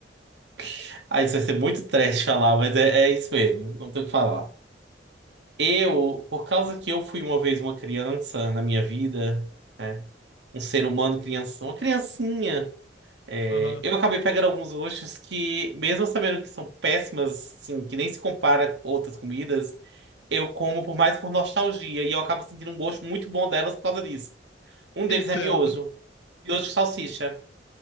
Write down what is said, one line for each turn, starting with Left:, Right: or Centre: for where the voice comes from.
Right: <laughs> aí isso vai ser muito trash falar, mas é, é isso mesmo, não tem o que falar. Eu, por causa que eu fui uma vez uma criança na minha vida, né? Um ser humano criança, uma criancinha, é,
Left: Aham.
Right: eu acabei pegando alguns gostos que, mesmo sabendo que são péssimas, assim, que nem se compara com outras comidas. Eu como por mais por nostalgia e eu acabo sentindo um gosto muito bom delas por causa disso.
Left: <laughs>
Right: Um deles
Left: Entendo.
Right: é miojo. Miojo de salsicha.